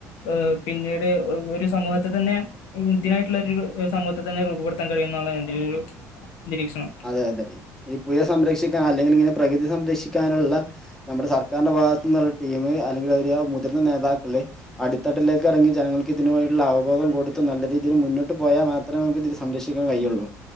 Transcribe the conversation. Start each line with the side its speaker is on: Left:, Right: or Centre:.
Left: ഹ് പിന്നീട് ഒരു സമൂഹത്തെ തന്നെ ഇന്ത്യനായിട്ടുള്ള ഒരു സമൂഹത്തെ തന്നെ രൂപപ്പെടുത്താൻ കഴിയുമുന്നാണ് എന്റെ ഒരു നിരീക്ഷണം
Centre: അതെ അതെ ഈ പുയ സംരക്ഷിക്കാൻ അല്ലെങ്കിൽ ഇങ്ങനെ പ്രകൃതി സംരക്ഷിക്ക രക്ഷിക്കാനുള്ള നമ്മുടെ സർക്കാരിന്റെ ഭാഗത്തു നിന്നുള്ള ടീം അല്ലെങ്കിൽ അവര് മുതിർന്ന നേതാക്കള് അടിത്തട്ടിലേക്ക് ഇറങ്ങി ജനങ്ങൾക്ക് ഇതുമായിട്ടുള്ള അവബോധം കൊടുത്ത് നല്ല രീതിയിൽ മുന്നോട്ട് പോയാൽ മാത്രേ നമക്ക് ഇത് സംരക്ഷിക്കാൻ കഴിയുള്ളൂ